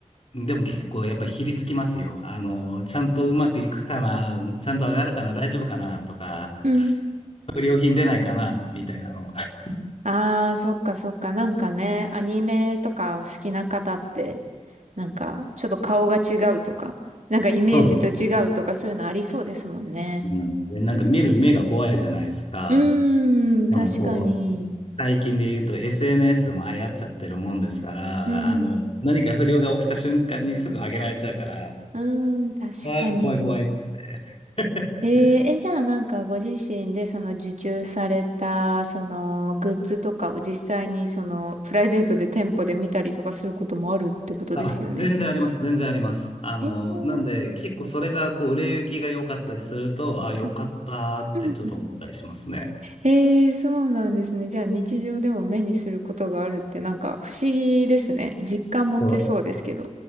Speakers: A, on the left (about 55°); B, on the right (about 75°).
A: でも結構やっぱひりつきますよ。あの、ちゃんとうまくいくかな、ちゃんと上がるかな、
B: うん
A: 大丈夫かな、とか、
B: うん。
A: 不良品出ないかな、みたいなの。<laughs>
B: ああ、そっかそっか。なんかね、アニメとか好きな方って、なんかちょっと顔が違うとか、なんかイメージと違うとかそういうのありそうですもんね。
A: そうなんです。うん、でなんか見る目が怖いじゃないですか。
B: うーん、確かに。
A: でもこう、最近で言うと SNS も流行っちゃってるもんですから、
B: うん、
A: あの、何か不良が起きた瞬間にすぐ上げられちゃうから、
B: うーん、確かに。
A: ああ、怖い怖いっつって。<laughs>
B: えー、え、じゃあなんかご自身でその受注された、そのグッズとかを実際にそのプライベートで店舗で見たりとかすることもあるってことですよね。
A: あ、全然あります、全然あります。あの、
B: えー
A: なんで、結構それが、こう、売れ行きが良かったりすると、あ、良かったってちょっと思ったりしますね。
B: うんうんえー、そうなんですね。じゃあ日常でも目にすることがあるってなんか不思議ですね。実感持てそうですけど。
A: そう、